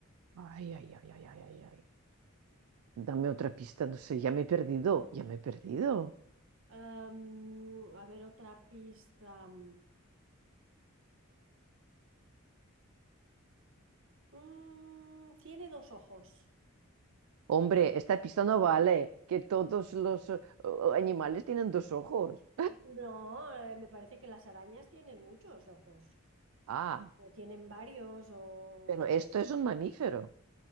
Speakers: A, on the right; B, on the right.
A: Ay, ay, ay, ay, ay, ay, ay. Dame otra pista, no sé, ya me he perdido, ya me he perdido.
B: Am, a ver, otra pista. Mm, mm, tiene dos ojos.
A: Hombre, esta pista no vale, que todos los eh, eh, animales tienen dos ojos.
B: No, eh, me parece que las arañas tienen muchos ojos.
A: Ah,
B: O tienen varios, o...
A: pero esto es un mamífero.